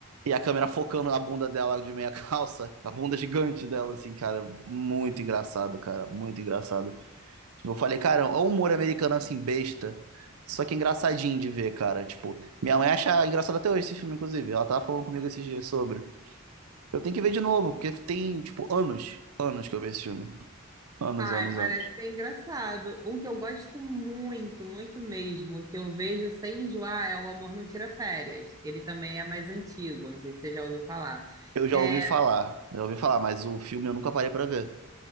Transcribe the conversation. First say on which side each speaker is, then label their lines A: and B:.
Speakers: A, on the right (about 80°); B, on the right (about 15°).
A: E a câmera focando na bunda dela de meia <laughs> calça, a bunda gigante dela, assim, cara, muito engraçado, cara, muito engraçado. Tipo, eu falei, cara, o humor americano, assim, besta, só que engraçadinho de ver, cara. Tipo, minha mãe acha engraçado até hoje esse filme, inclusive. Ela tava falando comigo esses dias sobre. Eu tenho que ver de novo, porque tem, tipo, anos, anos que eu vi esse filme. Anos,
B: Ai,
A: anos,
B: parece
A: anos.
B: ser engraçado. Um que eu gosto muito, muito mesmo, que eu vejo sem enjoar, é O Amor Não Tira Férias. Ele também é mais antigo, não sei se você já ouviu falar.
A: Eu já
B: É,
A: ouvi falar, já ouvi falar, mas o filme eu nunca parei pra ver.